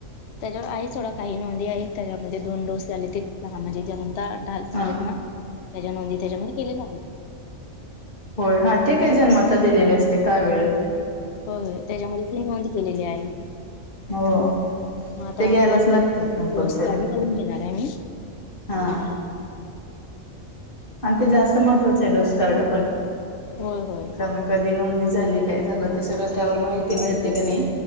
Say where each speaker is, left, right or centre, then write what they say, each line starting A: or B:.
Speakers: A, on the left; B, on the left.
A: त्यांच्यावर आहेत सोडा, काही नोंदी आहेत त्यांच्यामध्ये, दोन डोस झाले ते लहान म्हणजे जन्मता ताल
B: हा
A: झालेत ना. त्याच्या नोंदी, त्यांच्यामध्ये केलेल्या आहेत.
B: होय हा, ते काय. जन्मता दिलेली असते काविळ.
A: होय होय त्यांच्यामध्ये ते, नोंद केलेली आहे.
B: हो
A: म आता,
B: ते घ्यायलाच
A: फोन करून.
B: लागते
A: त्यांच्याकडुन
B: कंपल्सरी
A: डोसकार्ड, मागुन घेणार आहे मी
B: हा आणि ते, जास्त महत्त्वाचं आहे डोस कार्ड पण.
A: होय होय.
B: कारण कधी नोंदणी झाली, काय झालं ते सगळं, त्यावर माहिती मिळते क नाय